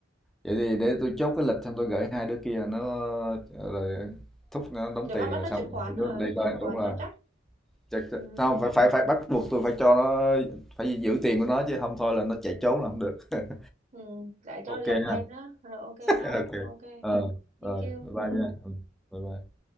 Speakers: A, in the centre; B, on the right (about 40°).
A: vậy thì để tôi chốt cái lịch xong tôi gửi hai đứa kia nó rồi thúc nó đóng
B: rồi
A: tiền
B: bắt bắt
A: rồi
B: nói
A: xong
B: chuyện khoán
A: rồi
B: ờ,
A: đứa đi thôi
B: chuyện khoán
A: đúng rồi
B: cho chắc
A: chắc
B: ừ.
A: chắc- không phải phải phải bắt buộc tôi phải cho nó phải giữ tiền của nó chứ không thôi là nó chạy
B: Ừ.
A: trốn là không được <laughs>
B: Ừ. lại cho
A: ok
B: leo
A: ha
B: cây nữa rồi ok
A: <laughs>
B: how
A: ok
B: ok
A: ờ rồi
B: thank you
A: bye bye
B: ừ.
A: nha Ừ, bye bye